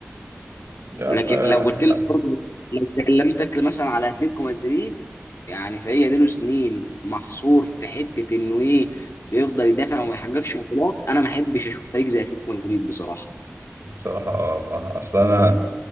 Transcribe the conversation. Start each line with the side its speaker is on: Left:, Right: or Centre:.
Right: يا
Left: ولكن
Right: عم آه،
Left: لو قلت لك برضه لو كلمتك مثلا على اتلتيكو مدريد يعني فريق له سنين محصور في حته انه ايه بيفضل يدافع وما يحققش بطولات انا ما احبش اشوف فريق زي اتلتيكو مدريد بصراحه
Right: بصراحه آه، ما اصل انا